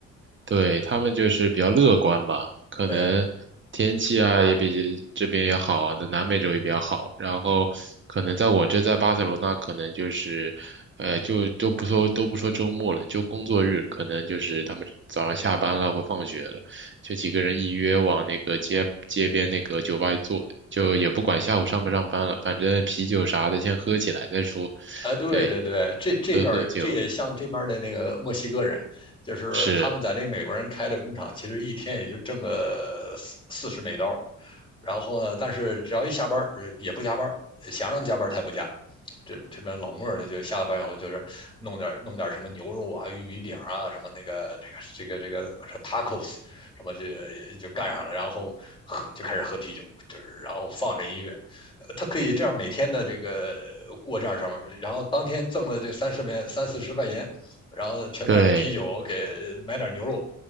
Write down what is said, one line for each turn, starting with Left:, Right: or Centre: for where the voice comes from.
Right: 对，他们就是比较乐观吧，可能天气啊也比这边也好，
Left: 对，哎
Right: 在南美洲也比较好。然后可能在我这在巴塞罗那，可能就是，呃，就都不说都不说周末了，就工作日，可能就是他们早上下班了或放学了，就几个人一约往那个街街边那个酒吧一坐，就也不管下午上不上班了，反正啤酒啥的先喝起来再说。
Left: 呃对对对，
Right: 对，
Left: 这这段这也像这边的那个墨西哥人，
Right: 喝喝酒
Left: 就是他们在那个美国人开的工厂，
Right: 是，
Left: 其实一天也就挣个四四十美刀，然后呢，但是只要一下班也不加班想让他加班他也不加，这这边老莫儿他就下了班以后就是弄点弄点什么牛肉啊、玉米饼啊、什么那个这个这个这个 tacos 什么这就干上了，然后喝就开始喝啤酒，就是然后放着音乐，呃他可以这样每天的这个过这样生活，然后当天挣了这三十面三四十块钱，然后全买成啤酒给买点牛肉
Right: 对。